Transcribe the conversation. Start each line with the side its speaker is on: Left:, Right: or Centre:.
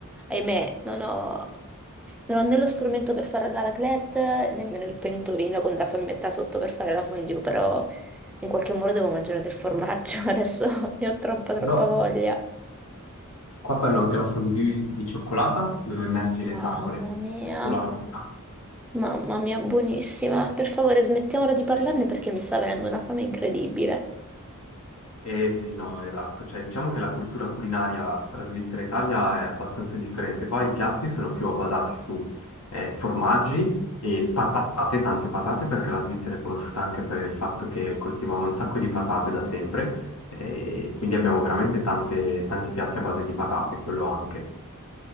Centre: Ahimè, non ho, non ho né lo strumento per fare la raclette, nemmeno il pentolino con la fiammetta sotto per fare la fondue, però in qualche modo devo mangiare del formaggio, <laughs> adesso ne ho troppa troppa
Left: Però
Centre: voglia.
Left: qua fanno anche la fondue di cioccolata dove immergi le
Centre: Mamma
Left: fragole
Centre: mia,
Left: o la frutta.
Centre: mamma mia, buonissima. Per favore, smettiamola di parlarne
Left: Sì.
Centre: perché mi sta venendo una fame incredibile.
Left: Eh sì, no, esatto. Cioè, diciamo che la cultura culinaria tra Svizzera e Italia è abbastanza differente. Qua i piatti sono più basati su eh, formaggi e patate, tante patate, perché la Svizzera è conosciuta anche per il fatto che coltivava un sacco di patate da sempre. E quindi abbiamo veramente tante- tanti piatti a base di patate, quello anche.